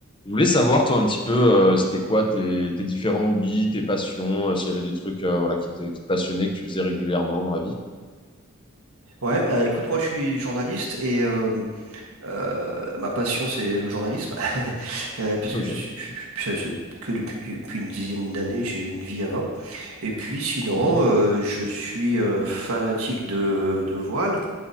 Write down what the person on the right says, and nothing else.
Ouais, bah, écoute, moi je suis journaliste et euh, euh, ma passion c'est le journalisme <laughs> Euh, parce
que je suis, je- je- je- c'est que depuis, depuis une dizaine d'années j'ai eu une vie avant. Et puis sinon,
euh, je suis euh, fanatique de, de voile.